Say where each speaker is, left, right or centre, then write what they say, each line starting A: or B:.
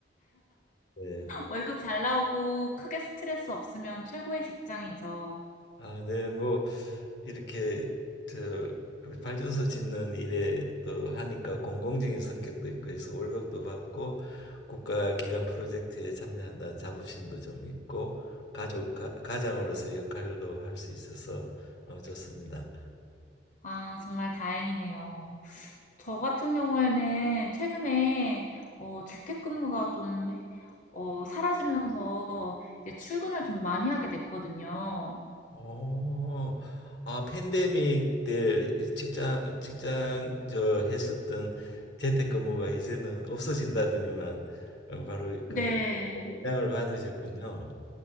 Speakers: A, on the left; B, on the left.
A: 네.
B: 월급 잘 나오고 크게 스트레스 없으면 최고의 직장이죠.
A: 아, 네. 뭐 이렇게 저 발전소 짓는 일에 또 하니까 공공적인 성격도 있고 해서 월급도 받고 국가 기관 프로젝트에 참여한다는 자부심도 좀 있고 가족 가, 가장으로서 역할도 할 수 있어서 어, 좋습니다.
B: 아, 정말 다행이네요. 저 같은 경우에는 최근에 어, 재택근무가 좀 어, 사라지면서 이제 출근을 좀 많이 하게 됐거든요.
A: 오, 아, 팬데믹 때 직장, 직장, 저, 했었던 재택근무가 이제는 없어진다더니만 어, 바로
B: 네.
A: 그 영향을 받으셨군요.